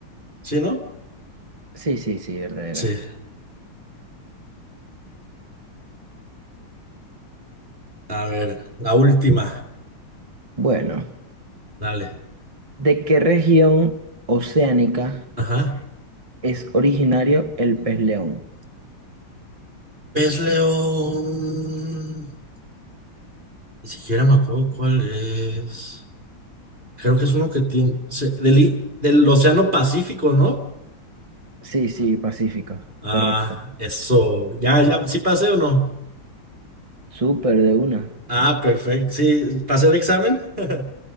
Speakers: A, on the right; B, on the right.
A: <laughs> ¿Sí, no?
B: Sí, sí, sí, verdadero.
A: Sí. A ver, la última.
B: Bueno,
A: Dale.
B: ¿de qué región oceánica
A: Ajá.
B: es originario el pez león?
A: Pez león. Ni siquiera me acuerdo cuál es. Creo que es uno que tiene... se- del, i- del Océano Pacífico, ¿no?
B: Sí, sí, Pacífico,
A: Ah,
B: correcto.
A: eso. Ya, ya, ¿sí pasé o no?
B: Súper de una.
A: Ah, perfecto. Sí, ¿pasé el examen? <laughs>